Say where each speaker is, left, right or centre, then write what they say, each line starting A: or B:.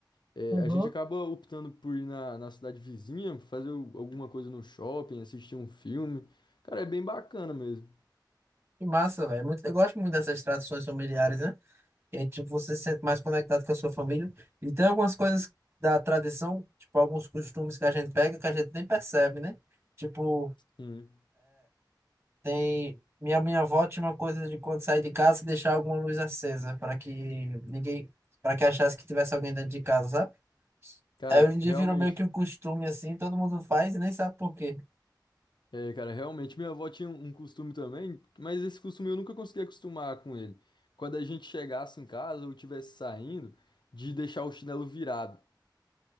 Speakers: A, on the left; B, on the right.
A: é,
B: Uhum.
A: a gente acaba optando por ir na, na cidade vizinha, fazer o- alguma coisa no shopping, assistir um filme. Cara, é bem bacana mesmo.
B: Que massa, velho. É Muito- Eu gosto muito dessas tradições familiares, né? E aí, tipo, você se sente mais conectado com a sua família. E tem algumas coisas da tradição, tipo, alguns costumes que a gente pega que a gente nem percebe, né? Tipo,
A: Sim.
B: tem. Minha, minha avó tinha uma coisa de quando sair de casa deixar alguma luz acesa para que ninguém. para que achasse que tivesse alguém dentro de casa, sabe?
A: Cara,
B: Aí hoje em dia
A: realmente.
B: virou meio que um costume assim, todo mundo faz e nem sabe por quê.
A: É, cara, realmente minha avó tinha um um costume também, mas esse costume eu nunca consegui acostumar com ele. Quando a gente chegasse em casa ou estivesse saindo, de deixar o chinelo virado,